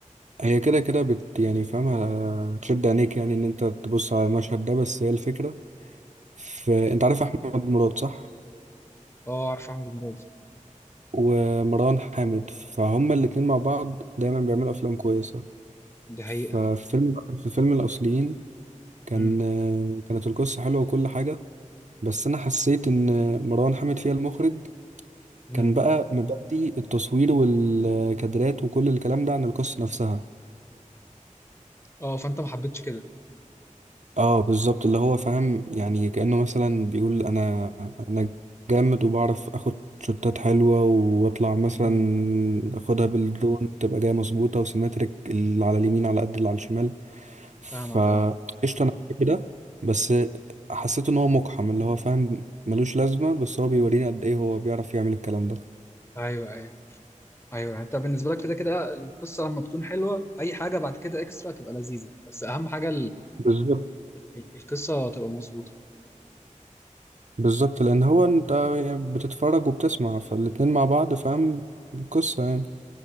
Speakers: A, on the right; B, on the left.
A: هي كده كده بت يعني فاهمة تشد عينيك يعني إن أنت تبص على المشهد ده بس هي الفكرة في أنت عارف أحمد مراد صح؟
B: اه عارف عمر مراد
A: ومروان حامد فهم الاتنين مع بعض دايما بيعملوا افلام كويسه
B: دي حقيقه
A: ففي فيلم في فيلم الاصليين كان
B: امم
A: كانت القصه حلوه وكل حاجه بس انا حسيت ان مروان حامد فيها المخرج
B: امم
A: كان بقى مبدي التصوير والكادرات وكل الكلام ده عن القصه نفسها
B: اه فانت ما حبيتش كده
A: اه بالظبط اللي هو فاهم يعني كأنه مثلا بيقول انا انا جامد وبعرف اخد شوتات حلوة واطلع مثلا
B: امم
A: اخدها بالدرون تبقى جاية مظبوطة وسيمتريك اللي على اليمين على قد اللي على الشمال فقشطة
B: فاهمك اه
A: انا بحب ده بس حسيت ان هو مقحم اللي هو فاهم ملوش لازمة بس هو بيورينا قد ايه هو بيعرف يعمل الكلام ده
B: ايوه ايوه ايوه يعني انت بالنسبه لك كده كده القصه لما بتكون حلوه اي حاجه بعد كده اكسترا تبقى لذيذه بس اهم حاجه
A: بالظبط
B: ال- القصة تبقى مظبوطة
A: بالظبط لان هو انت بتتفرج وبتسمع فالاتنين مع بعض فاهم قصة يعني